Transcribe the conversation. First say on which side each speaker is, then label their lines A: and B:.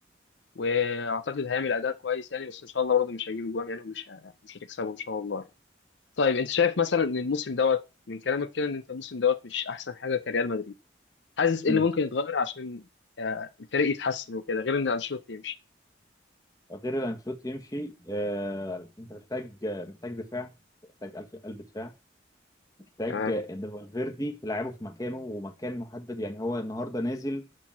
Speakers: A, on the left; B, on the left.
A: واعتقد هيعمل اداء كويس يعني بس ان شاء الله برضه مش هيجيب جوان يعني ومش ه- مش هتكسبه ان شاء الله يعني. طيب انت شايف مثلا ان الموسم دوت من كلامك كده ان انت الموسم دوت مش احسن حاجه كريال مدريد حاسس ايه
B: امم
A: اللي ممكن يتغير عشان آه، الفريق يتحسن وكده غير ان انشيلوتي يمشي
B: غير ان انشيلوتي يمشي آه، انت محتاج آه، محتاج دفاع محتاج قلب قلب دفاع محتاج
A: تمام
B: آه، ان فالفيردي تلعبه في مكانه ومكان محدد يعني هو النهارده نازل